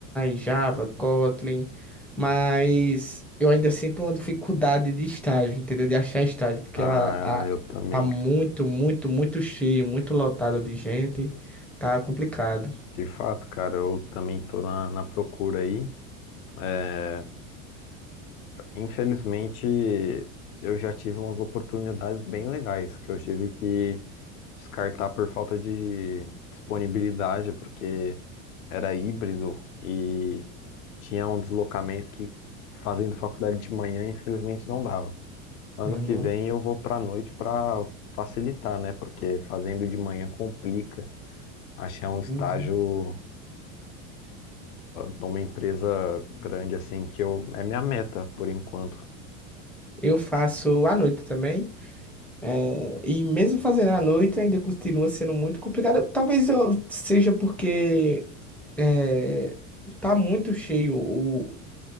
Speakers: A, in the centre; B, on the left.
A: Java, Kotlin, mas eu ainda sinto uma dificuldade de estágio, entendeu? De achar estágio, porque
B: Ah,
A: a, a,
B: eu também,
A: tá muito,
B: cara.
A: muito, muito cheio, muito lotado de gente. Tá complicado.
B: De fato, cara, eu também tô na, na procura aí. É, Infelizmente, eu já tive umas oportunidades bem legais que eu tive que descartar por falta de disponibilidade, porque era híbrido e tinha um deslocamento que fazendo faculdade de manhã, infelizmente não dava. Ano
A: Uhum.
B: que vem eu vou pra noite pra facilitar, né? Porque fazendo de manhã complica achar um estágio
A: Uhum.
B: numa empresa grande assim que eu é minha meta por enquanto.
A: Eu faço à noite também. eh, e mesmo fazendo à noite, ainda continua sendo muito complicado. Talvez eu- seja porque eh, tá muito cheio o,